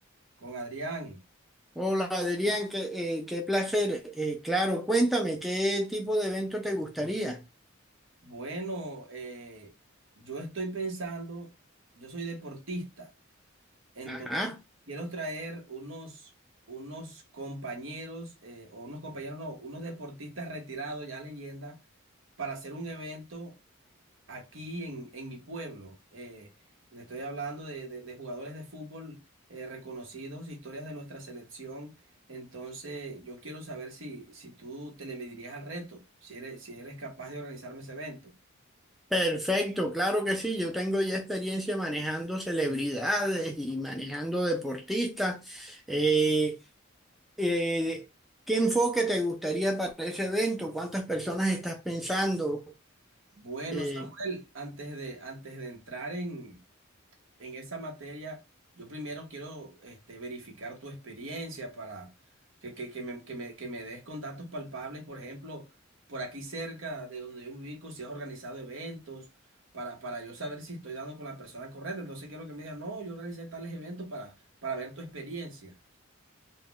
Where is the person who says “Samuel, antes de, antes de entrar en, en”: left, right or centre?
Right